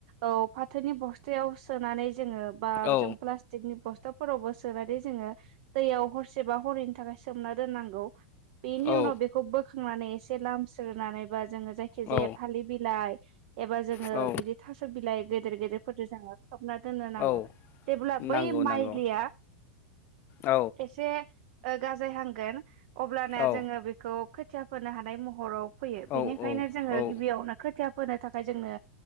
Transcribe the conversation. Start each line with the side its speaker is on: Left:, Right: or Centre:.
Right: औ फाथोनि बस्थायाव सोनानै जोङो बा
Left: औ
Right: जों प्लासटिक नि बस्ताफोरावबो सोमनानै जोङो दैयाव हरसेबा हरनै थाखाय सोमना दोननांगौ बेनि
Left: औ
Right: उनाव बेखौ बोखांनानै एसे लामस्रोनानै बा जोङो जायखि जाया
Left: औ
Right: थालिर बिलाइ एबा जोङो
Left: औ
Right: बिदि थास' बिलाइ गेदेर गेदेरफोरजों जोङो खोबना दोननो नांगौ
Left: औ
Right: जेब्ला बै
Left: नांगौ
Right: माइलिया
Left: नांगौ औ
Right: एसे ओ गाजाय हांगोन अब्लाना
Left: औ
Right: जोङो बेखौ खोथिया फोनो हानाय महराव फैयो बेनिखायनो
Left: औ
Right: जोङो
Left: औ
Right: गिबियावनो खोथिया फोनो थाखाय जोंनो